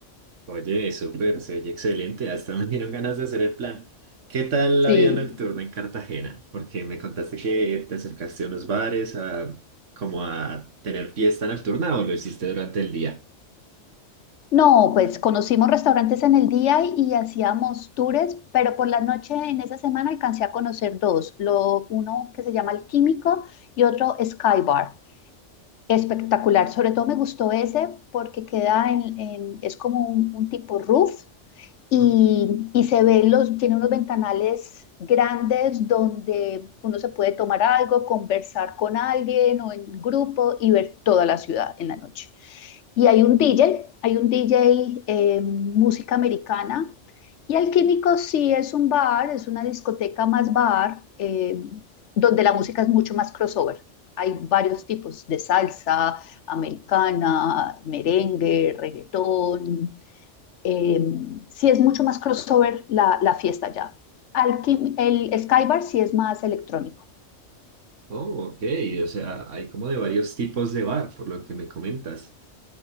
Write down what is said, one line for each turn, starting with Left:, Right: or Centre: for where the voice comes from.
Right: oye, súper, se oye excelente. Hasta me dieron ganas de hacer el plan. ¿Qué tal la
Left: Sí,
Right: vida nocturna en Cartagena? Porque me contaste que te acercaste a unos bares, a, como a tener fiesta nocturna, o lo hiciste durante el día.
Left: No, pues conocimos restaurantes en el día y, y hacíamos tours, pero por la noche en esa semana alcancé a conocer dos, lo, uno que se llama El Químico y otro Sky Bar. Espectacular, sobre todo me gustó ese porque queda en, en- es como un, un tipo roof y,
Right: Oh,
Left: y se ven los, tiene unos ventanales grandes donde uno se puede tomar algo, conversar con alguien o en grupo y ver toda la ciudad en la noche. Y hay un DJ, hay un DJ eh, música americana y Alquímico sí es un bar, es una discoteca más bar, eh, donde la música es mucho más crossover. Hay varios tipos de salsa, americana, merengue, reggaetón, eh, sí es mucho más crossover la, la fiesta ya. Alquim- el Skybar sí es más electrónico.
Right: oh, ok, o sea, hay como de varios tipos de bar, por lo que me comentas.